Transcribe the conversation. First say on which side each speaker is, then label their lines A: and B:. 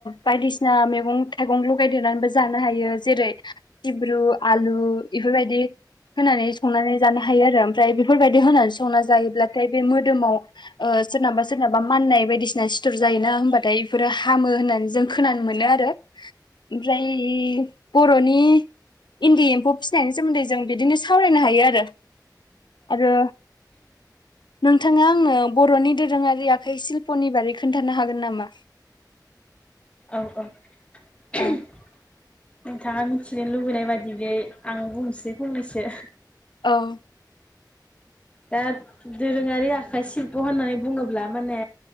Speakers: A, on the left; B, on the left.
A: बायदिसिना मैंगं थाइगं लगायदेरनानैबो जानो हायो जेरै सिब्रु आलु बेफोरबायदि होनानै संनानै जानो हायो आरो ओमफ्राय बेफोरबायदि होनानै संना जायोब्लाथाय बे मोदोमाव ओ सोरनाबा सोरनाबा माननाय बायदिसिना सिथर जायोना होनबाथाय बेफोरो हामो होननानै जों खोनानो मोनो आरो ओमफ्राय बर'नि इन्दि एम्फौ फिसिनायनि सोमोन्दै जों बिदिनो सावरायनो हायो आरो आरो नोंथाङा आंनो बर'नि दोरोङारि आखाइशिल्प'नि बागै खोन्थानो हागोन नामा?
B: औ-औ
A: औ
B: <inaudible> नोंथाङा मिथिनो लुबैनाय बादि बे आं बुंनोसै फंनैसो
A: औ
B: दा दोरोङारि आखाइ सिल्प' होननानै बुङोब्ला माने